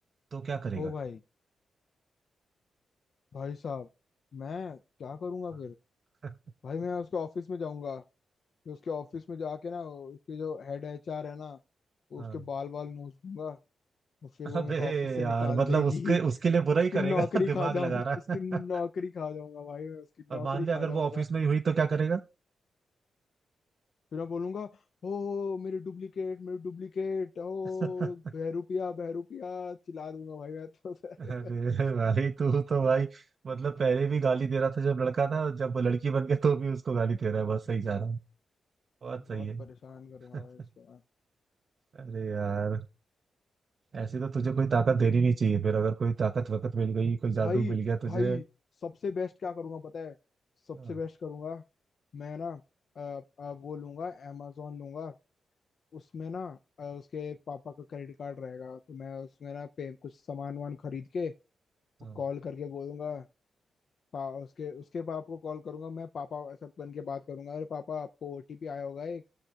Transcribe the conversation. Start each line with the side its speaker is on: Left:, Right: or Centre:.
Right: तो क्या करेगा
Left: ओ भाई भाई साहब मैं क्या करूंगा
Right: हाँ।
Left: फिर
Right: <laughs>
Left: भाई मैं उसके ऑफिस में जाऊंगा फिर उसके ऑफिस में जाके ना उसके जो हेड एचआर है ना
Right: हाँ।
Left: उसके बाल बाल नोच दूंगा और फिर वो
Right: अबे
Left: मेरे को ऑफिस से
Right: यार
Left: निकाल
Right: मतलब
Left: देगी
Right: उसके उसके लिए बुरा
Left: उसकी
Right: ही करेगा
Left: नौकरी
Right: <laughs> दिमाग
Left: खा जाऊं
Right: लगा रहा
Left: उसकी
Right: है
Left: नौकरी खा जाऊंगा भाई मैं
Right: <laughs>
Left: उसकी
Right: और
Left: नौकरी
Right: मान ले
Left: खा
Right: अगर
Left: जाऊंगा
Right: वो ऑफिस में ही हुई तो क्या करेगा
Left: फिर मैं बोलूंगा ओ मेरी डुप्लीकेट मेरी डुप्लीकेट ओ
Right: <laughs>
Left: बहरूपिया बहरूपिया चिल्ला दूंगा भाई मैं तो <laughs>
Right: अरे भाई तू तो भाई मतलब पहले भी गाली दे रहा था जब लड़का था जब वो लड़की बन गया तो भी उसको गाली दे रहा है बस सही जा रहा हूँ बहुत सही
Left: बहुत
Right: है
Left: परेशान करूंगा
Right: <laughs>
Left: भाई उसको मैं।
Right: अरे यार ऐसे तो तुझे कोई ताकत देनी नहीं चाहिए फिर अगर कोई ताकत वकत मिल गई कोई जादू
Left: भाई
Right: मिल गया तुझे
Left: भाई सबसे बेस्ट क्या करूंगा पता है सबसे
Right: हाँ,
Left: बेस्ट करूंगा मैं ना अ, अ, वो लूंगा amazon लूंगा उसमें ना अ, उसके पापा का क्रेडिट कार्ड रहेगा तो मैं उसमें ना पे कुछ सामान वामान खरीद के
Right: हाँ,
Left: कॉल करके बोलूंगा पा, उसके उसके पापा को कॉल करूंगा मैं पापा ऐसा बन के बात करूंगा अरे पापा आपको ओटीपी आया होगा एक